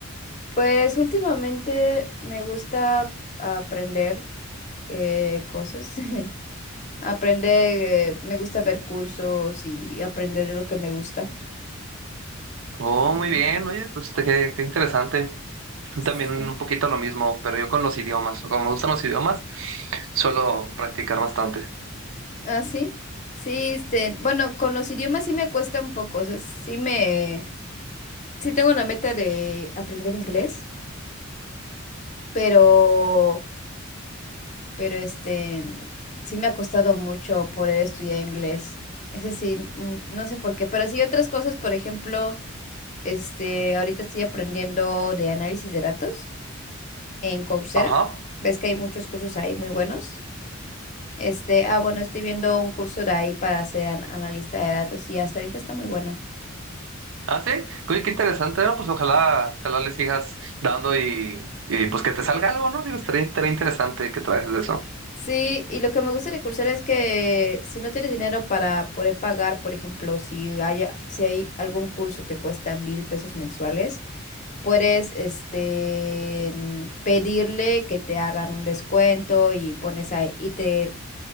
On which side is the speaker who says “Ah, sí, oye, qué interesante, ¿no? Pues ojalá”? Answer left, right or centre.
Right